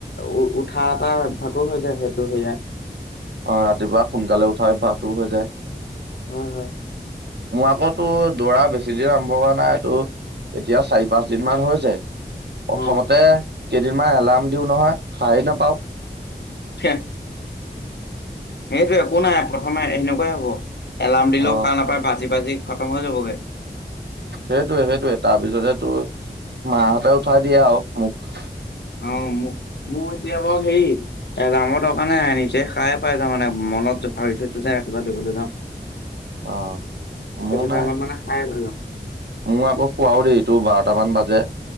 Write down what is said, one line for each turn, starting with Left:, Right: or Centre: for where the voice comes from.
Left: উ উঠা এটা ভাগো হৈ যায় সেইটো সেয়াাত
Right: অ ৰাতিপুৱা সোনকালে উঠাই ভাহটো হৈ যায়
Left: হয় হয়
Right: মোৰ আকৌ তো দৌৰা বেছি দিন আৰম্ভ হোৱা নাই তটো এতিয়া চাৰি পাঁচ দিন মান হৈছে
Left: অ
Right: প্ৰথমতে কেইদিনমান এলাৰ্ম দিও নহয় শাৰি নাপাও
Left: হে সেইটো একো নাই প্ৰথমে এনেকুৱাই হ'ব, এলাৰ্ম দিলেও
Right: অ
Left: সাৰ নাপায় বাজি বাজি খতম হৈ যাবগে।
Right: সেইটোয়ে সেইটোয়ে তাৰপিছতে তোৰ মাহঁতে উঠাই দিয়ে আৰু মোক।
Left: অ', মোক মোৰ এতিয়া বাৰু হেৰি এৰ্লামৰ দৰকাৰ নাই নিজে সাৰ পাই যাওঁ তাৰমানে মনতো ভাৱৰি থৈছো যাই ৰাতিপুৱা দৌৰিবলৈ যাওঁ।
Right: অ', মোৰ নাই।
Left: টাইমত মানে সাৰে পাই যাম।
Right: মই আকৌ শুৱাও দেৰি তোৰ বাৰটামান বাজে।